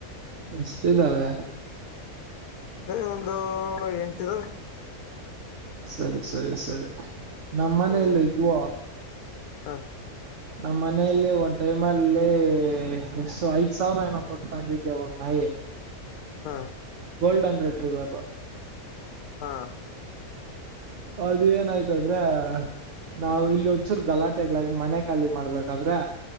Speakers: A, on the right; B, on the left.
A: ಎಷ್ಟ ಇದ್ದಾವೆ.
B: ಬರಿ ಒಂದು ಎಂಟ ಇದಾವೆ.
A: ಸರಿ ಸರಿ ಸರಿ ನಮ್ಮನೆ
B: ಹ್ಮ್
A: ಅಲ್ಲಿ ಇದು.
B: ಹ
A: ನಮ್ಮ ಮನೆಯಲ್ಲಿ ಒಂದ್ ಟೈಮ್ ಅಲ್ಲಿ ಎಷ್ಟು ಐದ್ ಸಾವಿರ ಏನೋ ಕೊಟ್ಟು ತಂದಿದ್ದೆ ಒಂದ್ ನಾಯಿ.
B: ಹಾ.
A: Golden retriever.
B: ಹಾ.
A: ಅದ ಏನಾಯ್ತಾದ್ರೆ. ನಾವು ಇಲ್ಲಿ ಒಂದ್ಚೂರು ಗಲಾಟೆಗ್ಗಳಾಗಿ ಮನೆ ಖಾಲಿ ಮಾಡ್ಬೇಕಾದ್ರೆ.